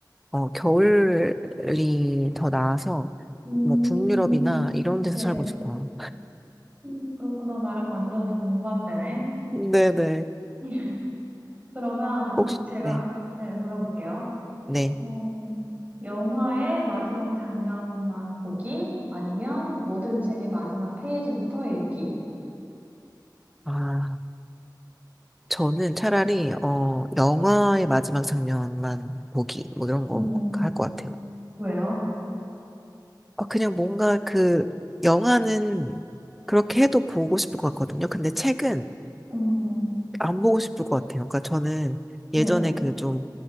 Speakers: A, in the centre; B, on the right.
A: 어, 겨울이 더 나아서,
B: 음,
A: 뭐, 북유럽이나 이런 데서
B: 네.
A: 살고 싶어요.
B: 음, 그렇구나. 나랑 완전 정반대네.
A: 네네.
B: <laughs> 그러면
A: 혹시,
B: 제가,
A: 네,
B: 네, 물어볼게요.
A: 네.
B: 어, 영화의 마지막 장면만 보기 아니면 모든 책의 마지막 페이지부터 읽기.
A: 아, 저는 차라리, 어, 영화의 마지막 장면만 보기, 뭐 이런 거
B: 음,
A: 할 것 같아요.
B: 왜요?
A: 아, 그냥 뭔가 그, 영화는 그렇게 해도 보고 싶을 것 같거든요. 근데 책은
B: 음,
A: 안 보고 싶을 것 같아요. 그러니까 저는
B: 네,
A: 예전에 그좀